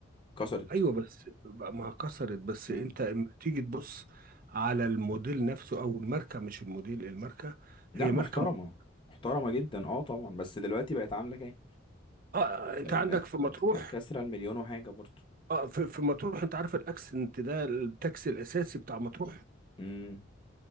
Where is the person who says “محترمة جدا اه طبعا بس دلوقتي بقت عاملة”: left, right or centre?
Left